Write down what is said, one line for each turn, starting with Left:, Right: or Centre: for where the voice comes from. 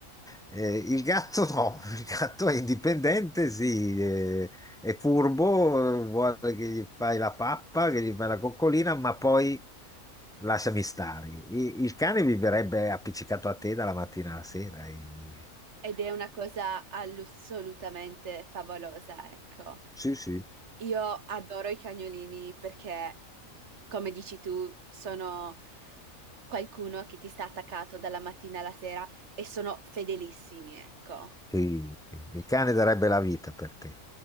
Centre: Eh, il gatto no, <laughs> il gatto è indipendente, sì, eh, è furbo, eh, vuole che gli fai la pappa, che gli fai la coccolina, ma poi lasciami stare. I- Il cane viverebbe appiccicato a te dalla mattina alla sera. e-
Right: Ed è una cosa assolutamente favolosa, ecco.
Centre: Sì, sì.
Right: Io adoro i cagnolini perché, come dici tu, sono qualcuno che ti sta attaccato dalla mattina alla sera e sono fedelissimi, ecco.
Centre: Sì, sì. il cane darebbe la vita per te.